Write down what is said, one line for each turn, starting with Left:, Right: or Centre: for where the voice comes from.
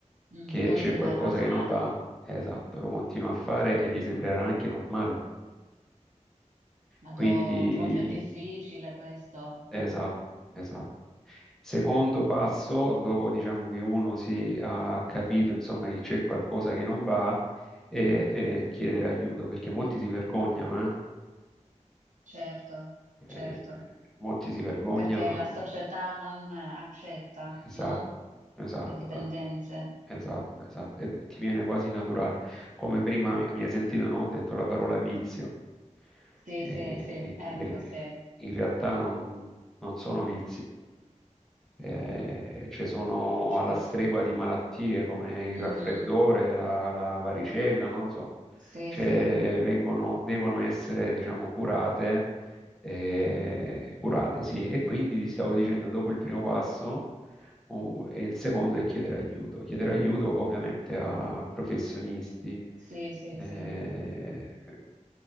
Right: Mm,
Centre: che
Right: continuerà
Centre: c'è qualcosa
Right: a farlo.
Centre: che non va, eh, esatto, lo continua a fare e gli sembrerà anche normale.
Right: Ma
Centre: Quindi
Right: do, proprio è difficile questo.
Centre: Esatto, esatto. Secondo passo, dopo diciamo che uno si ha capito insomma che c'è qualcosa che non va, e, e chiedere aiuto, perché molti si vergognano, eh?
Right: Certo,
Centre: Eh,
Right: certo.
Centre: molti si vergognano.
Right: perché la società non eh, accetta,
Centre: Esatto,
Right: no?
Centre: esatto,
Right: Le dipendenze.
Centre: la- esatto, esatto. E ti viene quasi naturale. Come prima mi, mi hai sentito, no? Ho detto la parola vizio.
Right: Sì,
Centre: Eh,
Right: sì, sì, ecco,
Centre: in,
Right: sì, eh,
Centre: in realtà non non sono vizi Eh, ci sono
Right: certo.
Centre: alla stregua di malattie come il
Right: Mhm.
Centre: raffreddore, la, la varicella, non lo so,
Right: Sì,
Centre: Cioè,
Right: sì,
Centre: vengono, devono essere, diciamo, curate, eh, curate, sì. E quindi ti stavo dicendo, dopo il primo passo, uh, e il secondo è chiedere aiuto. Chiedere aiuto ovviamente a professionisti,
Right: sì, sì,
Centre: eh,
Right: sì.